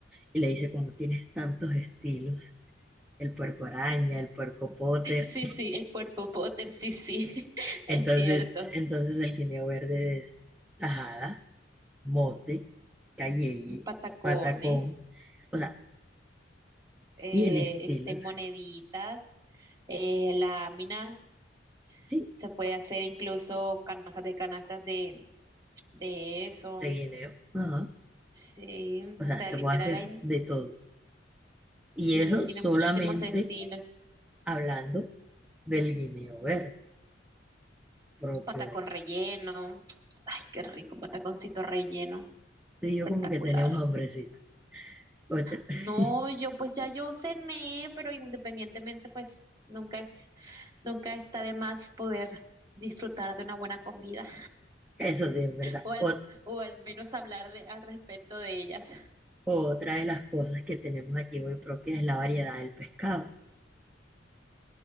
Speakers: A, in the centre; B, on the right (about 20°).
A: y le dice como tienes tantos estilos, el puerco araña, el puerco Potter.
B: Sí, sí, el puerpo Potter, sí, sí, <laughs> es
A: Entonces,
B: cierto.
A: entonces el guineo verde es tajada, mote, calleye,
B: Patacones.
A: patacón. O sea,
B: eh,
A: tiene estilos.
B: este, moneditas, eh, láminas,
A: Sí,
B: se puede hacer incluso canastas de canastas de, de eso.
A: de guineo. Ajá.
B: Sí,
A: O
B: o
A: sea,
B: sea,
A: se
B: literal,
A: puede hacer
B: hay,
A: de todo.
B: sí,
A: Y eso
B: tiene
A: solamente
B: muchísimos estilos.
A: hablando del guineo verde propio
B: Patacón
A: de aquí.
B: relleno. Ay, qué rico, un pataconcito relleno.
A: Tú y
B: Espectacular.
A: yo como que tenemos hambrecito Otra- <laughs>
B: No, yo pues ya yo cené, pero independientemente, pues nunca es, nunca está de más poder disfrutar de una buena comida.
A: Eso sí es verdad.
B: o al,
A: Ot-
B: o al menos hablar de, al respecto de ellas. <laughs>
A: otra de las cosas que tenemos aquí muy propia es la variedad del pescado.